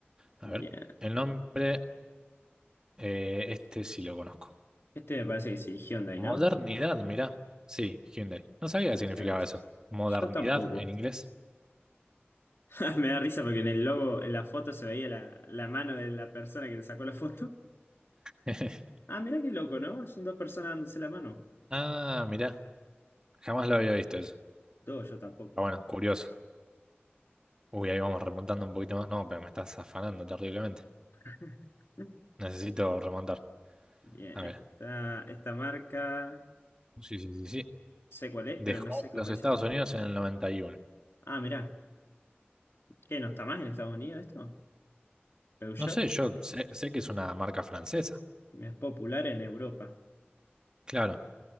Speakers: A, on the right; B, on the left.
A: A
B: Bien.
A: ver, el nombre, eh, este sí lo conozco.
B: Este me parece que sí, Hyundai,
A: Modernidad,
B: ¿no?
A: mirá. Sí, Hyundai. No sabía qué significaba
B: Exactamente.
A: eso. Modernidad
B: Yo tampoco.
A: en inglés.
B: <laughs> Me da risa porque en el logo, en la foto se veía la, la mano de la persona que le sacó la foto.
A: <laughs>
B: Ah, mirá qué loco, ¿no? Son dos personas dándose la mano.
A: Ah, mirá. Jamás lo había visto eso.
B: Dos, yo tampoco.
A: Ah, bueno, curioso. Uy, ahí vamos remontando un poquito más. No, pero me estás afanando terriblemente.
B: <laughs>
A: Necesito remontar.
B: Bien,
A: A
B: esta,
A: ver.
B: esta marca,
A: Sí, sí, sí, sí.
B: sé cuál es,
A: Dejó
B: pero no sé cómo
A: los
B: dice
A: Estados
B: la punta.
A: Unidos en el noventa y uno
B: Ah, mirá, ¿qué no está más en Estados Unidos esto? Peugeot
A: No sé, yo sé, sé que es una marca francesa.
B: es popular en Europa.
A: Claro.